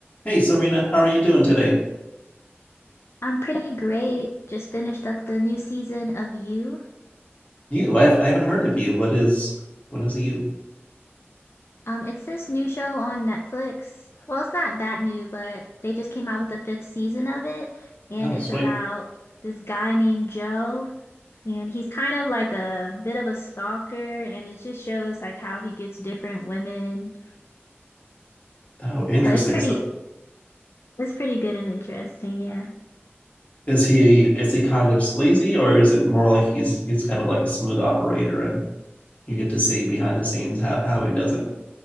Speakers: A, on the left; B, on the left.
A: Hey Serena, how are you doing today?
B: I'm pretty great. Just finished up the new season of You.
A: You, I've I haven't heard of you. What is what is you?
B: Um, it's this new show on Netflix. Well, it's not that new, but they just came out with the fifth season of it, and
A: Oh,
B: it's
A: sweet.
B: about this guy named Joe, and he's kind of like a bit of a stalker, and it just shows like how he gets different women.
A: Oh, interesting.
B: But it's pretty,
A: So
B: it's pretty good and interesting, yeah.
A: is he is he kind of sleazy or is it more like he's he's kind of like a smooth operator and you get to see behind the scenes how, how he does it?